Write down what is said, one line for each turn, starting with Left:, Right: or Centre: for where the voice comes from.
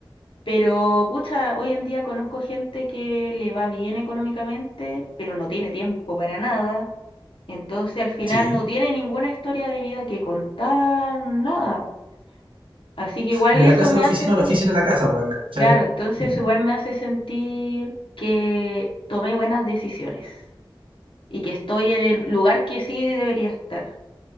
Left: Pero, pucha, hoy en día conozco gente que le va bien económicamente, pero no tiene tiempo para nada. Entonces al final
Right: Sí.
Left: no tiene ninguna historia de vida que contar, nada. Así que igual
Right: De
Left: eso
Right: la casa
Left: me
Right: a la oficina
Left: hace sen-
Right: o la oficina a la casa, weón, ¿cachai?
Left: claro, entonces
Right: Eh,
Left: igual me hace sentir que tomé buenas decisiones y que estoy en el lugar que sí debería estar.